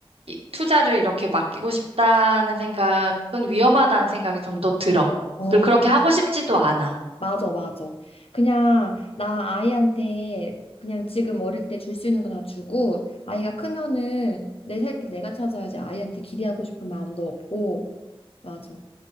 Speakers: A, on the right; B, on the left.
A: 이- 투자를 이렇게 맡기고 싶다는 생각은 위험하다는 생각이 좀 또 들어.
B: 어,
A: 그리고 그렇게
B: 맞아.
A: 하고 싶지도 않아.
B: 맞아, 맞아. 그냥 나 아이한테 그냥 지금 어릴 때 줄 수 있는 거 다 주고 아이가 크면은 내 살길 내가 찾아야지 아이한테 기대하고 싶은 마음도 없고 맞아.